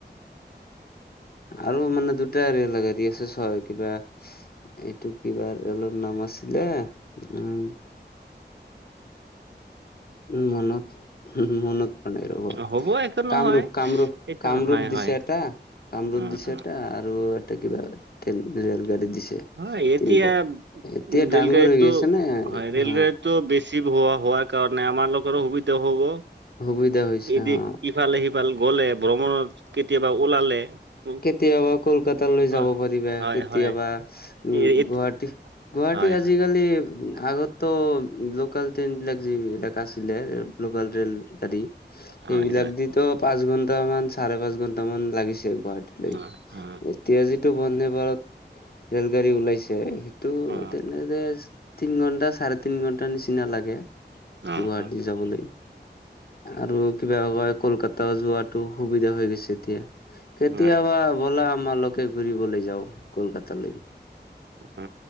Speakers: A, on the left; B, on the right.
A: আৰু মানে দুটা ৰেল গাড়ী আছে ছয় কিবা এইটো কিবা ৰেলৰ নাম আছিলে উম, মনত মনত ৰব
B: অ হ'ব একো নহয়
A: কামৰূপ কামৰূপ
B: এইটো
A: কামৰূপ
B: হয়
A: দিছে
B: হয়
A: এটা কামৰূপ
B: অ
A: দিছে
B: অ
A: এটা আৰু এটা কিবা তে ৰেল গাড়ী দিছে
B: হয় এতিয়া
A: তিনিটা এতিয়া
B: ৰেলগাড়ীটো
A: ডাঙৰ হৈ গৈছে নে অ
B: হয় ৰেলগাড়ীটো বেছি বেছি হোৱাৰ কাৰণে আমাৰ লোকৰো সুবিধা হব
A: সুবিধা হৈছে
B: এই
A: অ
B: ইফালে সিফালে গলে ভ্ৰমণত কেতিয়াবা ওলালে উম,
A: কেতিয়াবা কলকাতালৈ
B: হয়
A: যাব পাৰিবা
B: হয়
A: কেতিয়াবা
B: হয়
A: উম
B: এ- এত-
A: গুৱাহাটী গুৱাহাটী
B: হয়
A: আজিকালি
B: হয়
A: আগত ত' লোকেল ট্ৰেইন বিলাক যিবিলাক আছিলে লোকেল ৰেল গাড়ী সেইবিলাক
B: হয় হয়
A: দিতো পাঁচ ঘন্টা মান চাৰে পাঁচ ঘন্টা মান লাগিছে গুৱাহাটী এতিয়া
B: অ অ
A: যিটো বন্দেভাৰত ৰেল গাড়ী ওলাইছে তটো
B: অ
A: তেনেদৰে তিন ঘন্টা চাৰে তিন ঘন্টা নিচিনা লাগে
B: অ
A: গুৱাহাটী
B: অ
A: যাবলৈ আৰু কিবা কয় কলকাতা যোৱাতো সুবিধা হৈ গৈছে তিয়া কেতিয়াবা
B: অ
A: ব'লা আমালকে ঘুৰিবলৈ যাও কলকাতালৈ
B: অ